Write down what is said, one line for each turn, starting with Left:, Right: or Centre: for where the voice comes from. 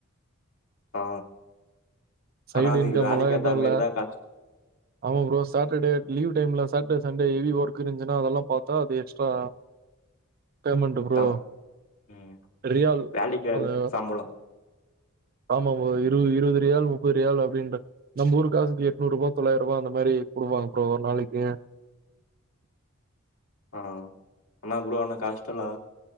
Left: ஆ
Right: சைடு
Left: ஆனா அதுக்கு
Right: இன்கம்லா
Left: வேலக்கி
Right: எதுவு
Left: ஏத்தா
Right: இல்ல.
Left: மாரிதா காஷ்
Right: ஆமா ப்ரோ சாட்டடே லீவு டைம்ல சாட்டடே சண்டே ஹெவி ஒர்க் இருந்துச்சுனா அதல்லா பாத்தா அது எக்ஸ்ட்ரா பேமண்ட்டு ப்ரோ
Left: சம் ம்.
Right: ரியால்
Left: வேலைக்கு ஏ
Right: அந்த
Left: சம்பளம்.
Right: ஆமா ப்ரோ இரு இருவது ரியால் மு முப்பது ரியால் அப்டின்ற நம் ஊரு காசுக்கு எட்னூறு ரூபா தொள்ளாயிர ரூபா அந்த மாரி குடுப்பாங்க ப்ரோ ஒரு நாளக்கி
Left: ஆனா ஆனா ப்ரோ ஆனா கஷ்டோல்ல